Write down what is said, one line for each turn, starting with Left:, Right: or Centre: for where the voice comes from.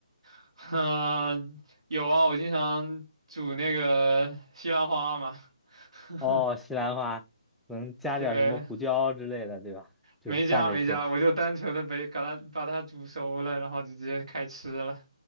Right: <laughs> 嗯、有啊，我经常煮那个西兰花嘛。<laughs>
Centre: 哦，西兰花能加点儿什么胡椒之类的，
Right: 对，
Centre: 对吧？就是拌着吃
Right: 没加没加，我就单纯的把把它把它煮熟了，然后就直接开吃了。